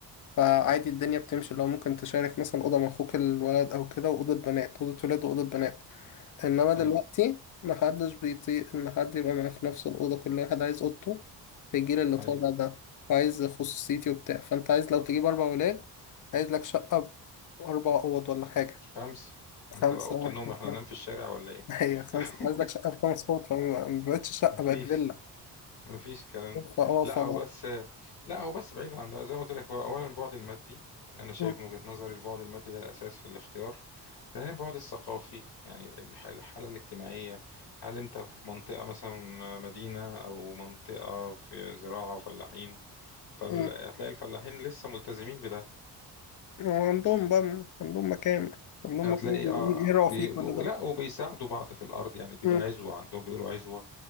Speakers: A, on the left (about 45°); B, on the left (about 65°).
A: فعادي الدنيا بتمشي لو ممكن تشارك مثلا أوضة مع أخوك الولد أو كده وأوضة بنات أوضة ولاد وأوضة بنات انما دلوقتي
B: اي
A: محدش بيطيق ان حد يبقى معاه في نفس الاوضه كل واحد عايز اوضته في الجيل اللي طالع
B: اي
A: ده وعايز خصوصيتي وبتاع فانت عايز لو تجيب اربع ولاد عايز لك شقه باربع اوض ولا حاجه
B: خمسة انت
A: خمسه
B: بقى اوضه
A: واحد
B: النوم احنا
A: خمسه
B: ننام في الشارع ولا
A: <laughs>
B: ايه
A: هي خمسه
B: <laughs>
A: عايز لك شقه بخمس اوض فما بقتش شقه
B: مفيش
A: بقت فيلا
B: مفيش الكلام ده
A: فاه
B: لا
A: ف
B: هو بس لا هو بس بعيد عن ده زي ما قلت لك هو اولا البعد المادي انا شايف
A: مم.
B: من وجهة نظري البعد المادي ده الاساس في الاختيار ثانيا البعد الثقافي يعني الح- الحاله الاجتماعيه هل انت في منطقه مثلا مدينه او منطقه في زراعه وفلاحين فهتلاقي
A: مم.
B: الفلاحين لسه ملتزمين بده
A: وعندهم بقى عندهم مكان عندهم
B: هتلاقي
A: مكان
B: اه
A: يقروا
B: بي...
A: فيه كل ده
B: لا وبيساعدوا بعض في الارض يعني بيبقى
A: مم.
B: عزوه عندهم بيقولوا عزوه